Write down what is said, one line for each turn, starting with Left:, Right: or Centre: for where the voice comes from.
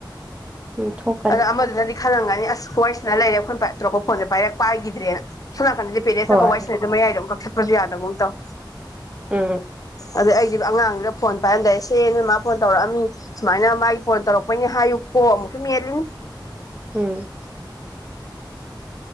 Right: ꯎꯊꯣꯛ
Left: ꯑꯗꯣ ꯑꯃꯗꯨꯅꯗꯤ ꯈꯜꯂꯝꯒꯅꯤ ꯑꯁ ꯍꯣꯏꯁꯤꯗ ꯂꯩꯔꯦ ꯑꯩꯈꯣꯏ ꯄꯥꯏ ꯇꯧꯛꯄ ꯐꯣꯟꯁꯦ ꯄꯥꯏꯔꯦ ꯄꯥꯏꯈꯤꯗ꯭ꯔꯦꯅ ꯁꯣꯝ ꯅꯥꯀꯟꯗꯗꯤ ꯄꯦꯔꯦꯟꯁ
Right: ꯍꯣꯏ
Left: ꯑꯃ ꯋꯥꯏꯁꯟꯗ ꯃꯌꯥꯏꯗ ꯑꯃꯨꯛ ꯀꯛꯊꯛꯄꯁꯨ ꯌꯥꯗꯅꯕꯨꯝ ꯇꯧ
Right: ꯎꯝ
Left: ꯑꯗ ꯑꯩꯒꯤ ꯑꯉꯥꯡꯗꯨꯅ ꯐꯣꯟ ꯄꯥꯏꯍꯟꯗꯥꯔꯦ ꯁꯦ ꯅꯣꯏ ꯃꯥ ꯐꯣꯟ ꯇꯧꯔꯛꯑꯝꯃꯤ ꯁꯨꯃꯥꯏꯅ ꯃꯥꯏ ꯐꯣꯟ ꯇꯧꯔꯛꯄꯩꯅꯦ ꯍꯥꯏꯌꯨꯀꯣ ꯑꯃꯨꯛꯁꯨ ꯃꯦꯜꯂꯤꯅꯤ
Right: ꯎꯝ